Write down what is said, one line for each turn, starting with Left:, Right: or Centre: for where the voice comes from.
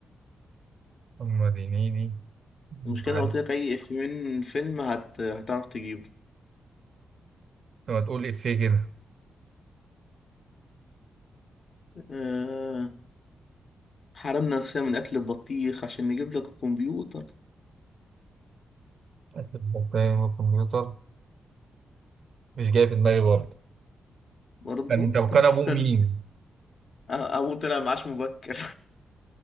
Right: محمد هنيدي
Left: المشكلة
Right: معلم.
Left: أنا قلت لك أي إفيه من فيلم هت... هتعرف تجيبه
Right: لما تقول إفيه كده
Left: أه... حرمنا نفسنا من أكل البطيخ عشان نجيب لك الكمبيوتر
Right: أكل بطارية من الكمبيوتر مش جاي في دماغي برضه
Left: برضه
Right: كان أنت كان
Left: طب استنى
Right: أبوه مين؟
Left: أ- أبوه طلع معاش مبكر